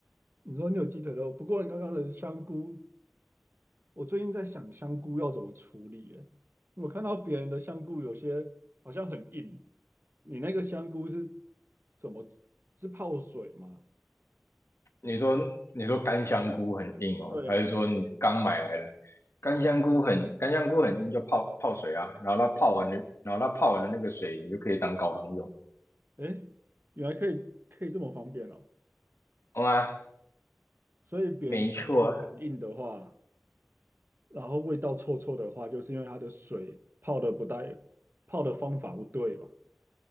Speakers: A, on the right (about 50°); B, on the left (about 70°).
A: 你说你有鸡腿肉，不过你刚刚的香菇，我最近在想香菇要怎么处理耶。我看到别人的香菇有些好像很硬，你那个香菇是怎么是泡水吗？
B: 你说你说干香菇很硬哦，
A: 对啊，
B: 还是说你刚买来的干香菇很干香菇很硬就泡泡水啊，然后它泡完的，然后它泡完的那个水你就可以当高汤用，
A: 诶，原来可以可以这么方便哦。
B: 好吗？
A: 所以别人香菇很硬的话，
B: 没错，
A: 然后味道臭臭的话，就是因为它的水泡的不带，泡的方法不对吧？